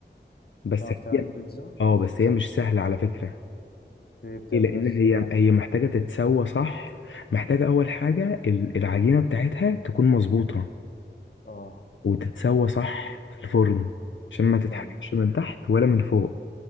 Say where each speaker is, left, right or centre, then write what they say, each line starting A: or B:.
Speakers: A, on the left; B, on the left.
A: بس
B: بتعرف تعمل
A: هي
B: بيتزا
A: اه بس هي مش سهلة على فكرة
B: ايه بتعملها
A: ايه لان
B: ازاي
A: هي هي محتاجة تتسوى صح محتاجة اول حاجة ال- العجينة بتاعتها تكون مظبوطة
B: اه
A: وتتسوى صح في الفرن عشان ما تتحرقش
B: ايوه
A: من تحت ولا من فوق